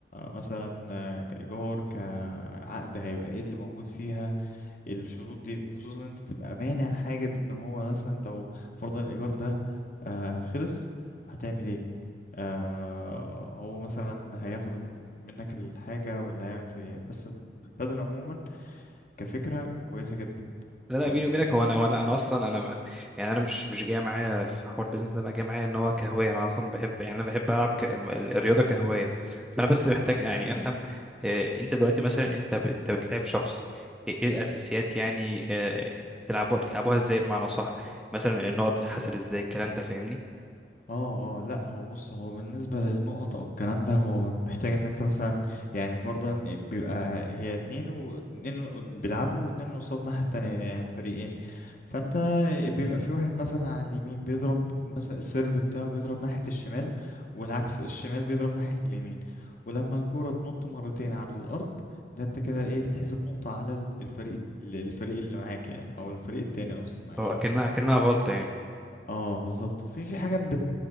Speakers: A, on the left; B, in the centre.
A: مثلا آه، كايجار كعقد هيبقى ايه اللي موجود فيها الشروط دي وخصوصا ان انت تبقى مانع حاجة ان هو مثلا لو فرضا الايجار ده آه خلص هتعمل ايه آه هو مثلا هياخد منك الحاجة ولا هيعمل فيه ايه بس البدل عموما كفكرة كويسة جدا
B: لا لا
A: فاهمني
B: بيني وبينك هو انا وانا انا اصلا انا يعني انا مش مش جاي معايا في حوار بيزنس ده انا جاي معايا ان هو كهوايه انا اصلا بحب يعني انا بحب العب ك... ال- الرياضه كهوايه فانا بس
A: مم.
B: محتاج يعني افهم آه، انت دلوقتي مثلا انت ب... انت بتلعب شخص ايه إيه الاساسيات يعني آه، بتلعبوها بتلعبوها ازاي بمعنى صح مثلا النقط بتتحسب ازاي الكلام ده فاهمني
A: اه اه لا هو بص هو بالنسبة للنقط او الكلام ده هو محتاج ان انت مثلا يعني فرضا بيبقى هي اتنين واتنين بيلعبوا واتنين قصاد الناحية التانية يعني فريقين فانت بيبقى في واحد مثلا على اليمين بيضرب مثلا السيرف بتاعه بيضرب ناحية الشمال والعكس الشمال بيضرب ناحية اليمين ولما الكرة تنط مرتين على الارض ده انت كده ايه تتحسب نقطة على الفريق الفريق اللي معاك يعني او الفريق التاني اصلا معلش
B: اه اكنها اكنها غلطه يعني
A: اه بالظبط في في حاجات بت